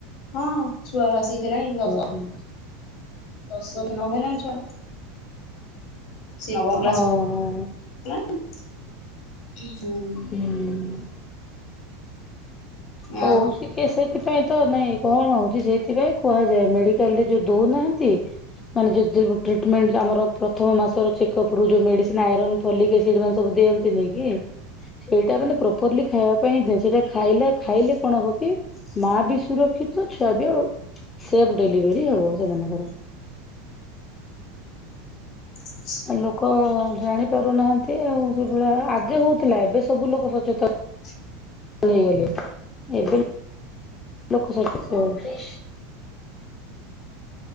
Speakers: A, on the left (about 55°); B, on the left (about 20°).
A: ହଁ ଛୁଆର ଆସି କି ହେଲାଣି ଦସ
B: ହୁଁ।
A: ଦଶମି ନ ହେଲାଣି ଛୁଆ। ସେ ନବମ କ୍ଲାସ
B: ଓହୋ
A: ହେଲାଣି ହୁଁ।
B: ହୁଁ। କଉଛି।
A: ଆଉ
B: ସେଥିପାଇଁ ତ ନାଇଁ କଣ ହଉଛି ସେଇଥିପାଇଁ କୁହାଯାଏ ମେଡିକାଲ ରେ ଯୋଉ ଦଉନାହାନ୍ତି ମାନେ ଯଦି ଟ୍ରିଟ୍ ମେଣ୍ଟ ଆମର ପ୍ରଥମ ମାସର ଚେକପରୁ ଯେଉ ମେଡିସିନ ଆଇରନ୍‌ ଫଲିକ୍ ଏସିଡିର ଦିଅନ୍ତିିନି କି ସେଇଟା ମାନେ ପ୍ରପରଲି ଖାଇବା ପାଇଁ ସେଟା ଖାଇଲେ ଖାଇଲେ କଣ ହବ କି ମା ବି ସୁରକ୍ଷିତ ଛୁଆ ବି ଆଉ ସେବ୍। ଡେଲିଭେରି ହେବ ସେମାନଙ୍କର।
A: ହ <unintelligible>
B: ଆଉ ଲୋକ ଜାଣି ପାରୁନାହାନ୍ତି ଆଉ ସେଭଳିଆ ଆଗେ ହଉଥିଲା ଏବେ ସବୁ ଲୋକ ସଚେତନ।
A: ଛି।
B: <unintelligible> ଏବେ ଲୋକ ସଚେତେ ହେବେ।